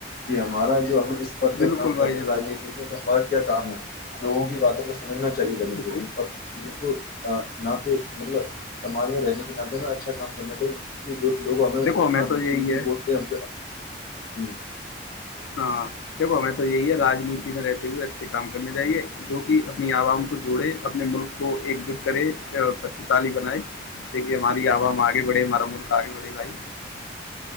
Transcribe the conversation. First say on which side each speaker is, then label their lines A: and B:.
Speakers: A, on the left (about 50°); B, on the left (about 85°).
A: کہ ہمارا جو ہم پد پہ
B: بالکل
A: کام
B: بھائی
A: کر رہے
B: جان
A: ہیں رانیت میں تو ہمارے کام ہے لوگوں کی باتوں کو س سمجھنا چاہیے تھا مجھے
B: بالکل
A: اور اس کو ناے مطلب سمج میں رہنے کے ناطے میں اچھا کام کرنا چاہیے اسے جو لوگ ہمیں
B: دیکھو
A: اپنا
B: تو یہی
A: قیمتی
B: ہے
A: بوٹتے ہم ہوں
B: ہاں دیکھو میں تو یہی ہے رانیتی میں رہتی ہوئے اچھے کام کرنے چاہیے جو کہ اپنی عوام کو جوڑے اپنے ملک کو ایکجٹ کرے اور شکتیشالی بنائے جس سے کہ مادی آوام آگ وڑ مرمل کا آگ وڑے وائی